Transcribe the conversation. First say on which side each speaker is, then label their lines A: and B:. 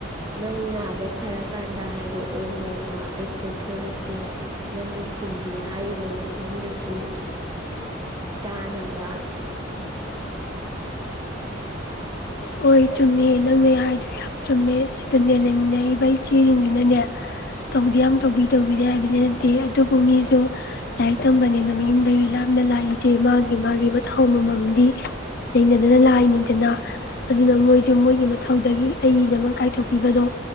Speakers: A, on the right; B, on the left.
A: ꯅꯪ ꯅꯥꯕ ꯐꯔꯀꯥꯟꯗ ꯍꯥꯏꯔꯛꯑꯣ ꯅꯣꯡꯃ ꯑꯩ ꯀꯣꯏꯊꯣꯔꯛꯀꯦ ꯅꯪꯒꯤ ꯁꯤꯡꯖꯨ ꯍꯥꯏꯔꯤꯕ ꯃꯐꯝꯗꯨꯁꯨ ꯆꯥꯅꯕ
B: ꯍꯣꯏ ꯆꯨꯝꯃꯦ ꯅꯪꯅꯦ ꯍꯥꯏꯔꯗꯨ ꯌꯥꯝ ꯆꯨꯝꯃꯦ ꯁꯤꯗꯅꯦ ꯂꯩꯃꯤꯟꯅꯔꯤꯕ ꯏꯆꯦꯁꯤꯡꯁꯤꯅꯅꯦ ꯇꯧꯗꯤ ꯌꯥꯝ ꯇꯧꯕꯤ ꯇꯧꯕꯤꯗꯦ ꯍꯥꯏꯕꯗꯤ ꯅꯠꯇꯦ ꯑꯗꯨꯕꯨ ꯃꯤꯁꯨ ꯂꯥꯏꯔꯤꯛ ꯇꯝꯕꯅꯤꯅ ꯃꯌꯨꯝꯗꯒꯤ ꯂꯥꯞꯅ ꯂꯥꯛꯏꯗꯦ ꯃꯥꯒꯤ ꯃꯥꯒꯤ ꯃꯊꯧ ꯑꯃꯃꯝꯗꯤ ꯂꯩꯅꯗꯅ ꯂꯥꯏꯅꯤ ꯑ ꯑꯗꯨꯅ ꯃꯣꯏꯁꯨꯦ ꯃꯣꯏꯒꯤ ꯃꯊꯧꯗꯒꯤ ꯑꯏꯩꯅꯃꯛ ꯀꯥꯏꯊꯣꯛꯄꯤꯕꯗꯣ